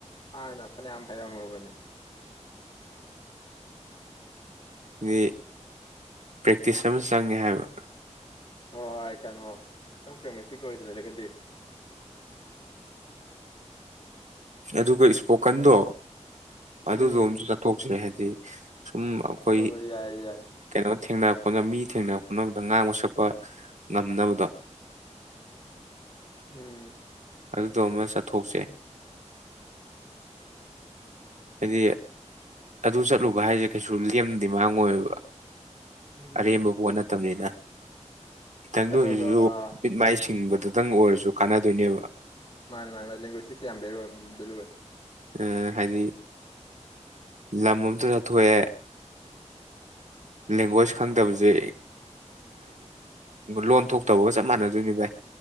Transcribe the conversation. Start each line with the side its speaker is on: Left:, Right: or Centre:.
Left: ꯍꯥꯟꯅ ꯐꯅꯌꯥꯝ ꯍꯩꯔꯝꯃꯕꯅꯦ
Right: ꯗꯤ ꯄ꯭ꯔꯦꯛꯇꯤꯁ ꯑꯃ ꯆꯪꯉꯦ ꯍꯥꯏꯕ
Left: ꯍꯣꯏ ꯀꯩꯅꯣ ꯈꯤꯇꯪ ꯄ꯭ꯔꯦꯝꯃꯦꯛꯇꯤꯛ ꯑꯣꯏꯗ꯭ꯔꯒꯗꯤ
Right: ꯑꯗꯨꯒ ꯏꯁꯄꯣꯀꯟꯗꯣ ꯑꯗꯨꯗꯣ
Left: ꯎꯝ
Right: ꯑꯝꯁꯨ ꯆꯠꯊꯣꯛꯁꯦ ꯍꯦ ꯗꯤ ꯁꯨꯝ ꯑꯩꯈꯣꯏ
Left: ꯍꯣꯏ ꯌꯥꯏ ꯌꯥꯏ
Right: ꯀꯩꯅꯣ ꯊꯦꯡꯅ ꯈꯣꯠꯅ ꯃꯤ ꯊꯦꯡꯅꯕ ꯈꯣꯠꯅꯕꯗ ꯉꯥꯡꯕ ꯁꯛꯄ ꯉꯝꯅꯕꯗꯣ
Left: ꯎꯝ
Right: ꯑꯗꯨꯖꯣ ꯑꯃꯥ ꯆꯠ ꯊꯣꯛꯁꯦ ꯍꯥꯏꯗꯤ ꯑꯗꯨ ꯆꯠꯂꯨꯕ ꯍꯥꯏꯁꯦ ꯀꯩꯁꯨ ꯂꯦꯝꯅꯗꯤ ꯃꯥꯡꯉꯣꯏꯕ
Left: ꯎꯝ
Right: ꯑꯔꯦꯝꯕ ꯄꯣꯠ ꯅꯠꯇꯕꯅꯤꯅ ꯪꯈꯤꯇꯪꯗ
Left: ꯀꯩꯅꯣꯗꯣ
Right: ꯑꯣꯏꯁꯨ
Left: ꯑꯥ
Right: ꯃꯤꯠ ꯃꯥꯏ ꯁꯤ ꯍꯤꯡꯕꯗꯇꯪ ꯑꯣꯏꯔꯁꯨ ꯀꯥꯟꯅꯗꯣꯏꯅꯦꯕ
Left: ꯃꯥꯅꯦ ꯃꯥꯅꯦ ꯃꯥ ꯂꯦꯡꯒꯨꯏꯁꯇꯤꯛ ꯌꯥꯝ ꯕꯦꯂꯨꯅꯤ ꯕꯦꯂꯨꯅꯤ
Right: ꯑꯝ ꯍꯥꯏꯗꯤ ꯂꯝ ꯑꯝꯇ ꯆꯊꯣꯛꯑꯦ ꯂꯦꯡꯒ꯭ꯋꯦꯁ ꯈꯪꯗꯕꯁꯦ ꯂꯣꯟ ꯊꯣꯛꯇꯕꯒ ꯆꯞ ꯃꯥꯟꯅꯗꯣꯏꯅꯤ ꯚꯥꯏ